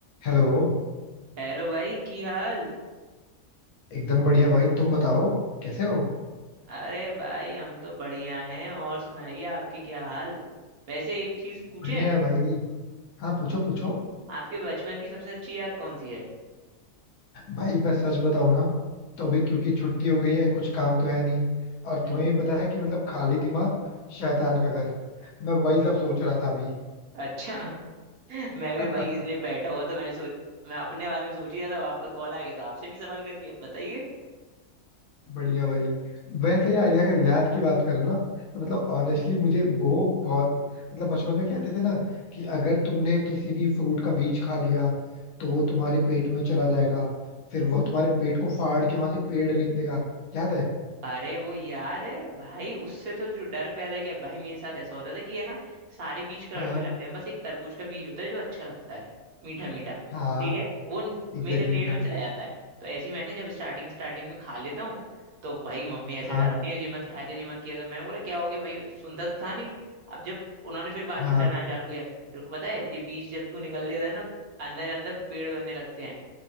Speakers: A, on the left; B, on the right.
A: Hello
B: Hello भाई की हाल
A: एकदम बढ़िया भाई तुम बताओ कैसे हो
B: अरे भाई हम तो बढ़िया हैं और सुनाइए आपके क्या हाल वैसे एक चीज पूछें
A: बढ़िया है भाई हाँ पूछो पूछो
B: आपके बचपन की सबसे अच्छी याद कौन सी है
A: भाई मैं सच बताऊं ना तो अभी क्योंकि छुट्टी हो गई है कुछ काम तो है नहीं और
B: हम्म,
A: तुम्हें भी पता है कि मतलब खाली दिमाग शैतान का घर मैं वही सब सोच रहा था अभी
B: अच्छा <laughs> मैं भी
A: <laughs>
B: भाई इसलिए बैठा हुआ तो मैंने सोच मैं अपने बारे में सोच ही रहा था अब आपका कॉल आ गया तो आपसे भी सवाल कर लिया बताइए
A: बढ़िया भाई वैसे यार अगर याद की बात करो ना तो मतलब ऑनेस्टली मुझे वो बहुत मतलब बचपन में कहते थे ना कि अगर तुमने किसी भी फ्रूट का बीज खा लिया तो वो तुम्हारे पेट में चला जाएगा फिर वो तुम्हारे पेट को फाड़ के वहां से पेड़ निकलेगा याद है
B: अरे वो याद है भाई उससे तो जो डर पैदा किया भाई मेरे साथ ऐसा होता था कि है ना सारे बीज कड़वे
A: हाँ
B: लगते हैं बस एक तरबूज का बीज होता है जो अच्छा लगता है मीठा मीठा
A: हाँ
B: ठीक है वो न-
A: एग्जैक्टली
B: मेरे पेट
A: exactly,
B: में चला
A: हाँ
B: जाता है तो ऐसे ही मैंने जब स्टार्टिंग स्टार्टिंग में खा लेता हूँ तो भाई मम्मी ऐसे
A: हाँ
B: डराती है ये मत खाया कर ये मत किया कर मैंने बोला क्या हो गया भाई सुनता तो था नहीं अब जब उन्होंने फिर बाद
A: हाँ
B: में डराना चालू किया तेरे को पता है ये बीज जब तू निगल लेता है ना अंदर अंदर पेड़ बनने लगते हैं